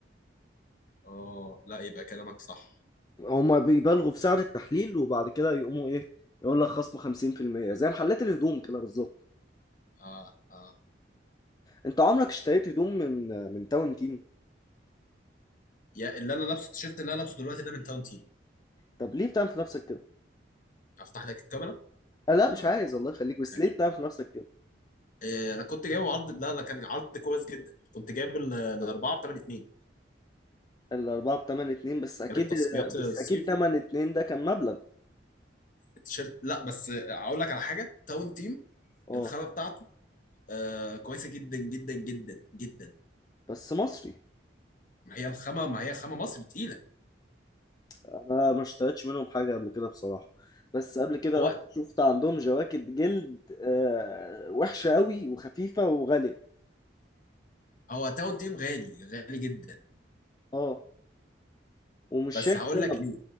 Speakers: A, on the left (about 45°); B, on the left (about 20°).
A: اه لا يبقى كلامك صح
B: هما بيبالغوا في سعر التحليل وبعد كده يقوموا إيه يقول لك خصم 50% زي محلات الهدوم كده بالظبط
A: اه اه
B: أنت عمرك اشتريت هدوم من من تاون تيم
A: يا اللي انا لابسه التيشيرت اللي انا لابسه دلوقتي ده من تاون تيم
B: طب ليه بتعمل في نفسك كده؟
A: افتح لك الكاميرا
B: آه، لا
A: ولا
B: مش عايز
A: لا؟
B: الله يخليك بس
A: ماشي
B: ليه بتعمل في نفسك كده؟
A: إيه انا كنت جايب عرض لا لا كان عرض كويس جدا كنت جايب ال- الاربعه ب 8 2
B: الأربعة بتمن اتنين بس أكيد
A: كانت تصفيات الصيف
B: بس أكيد تمن اتنين ده كان مبلغ
A: التيشيرت لا بس اقول لك على حاجه تاون تيم
B: اه
A: الخامه بتاعته آه كويسه جدا جدا جدا جدا
B: بس مصري
A: ما هي الخامه ما هي خامه مصر تقيله
B: انا ما اشتريتش منهم حاجه قبل كده بصراحه بس قبل كده
A: هو
B: رحت شفت عندهم جواكت جلد آه وحشه قوي وخفيفه وغاليه
A: هو تاون تيم غالي غالي جدا
B: اه ومش
A: بس
B: شايف
A: هقول
B: سبب
A: لك ليه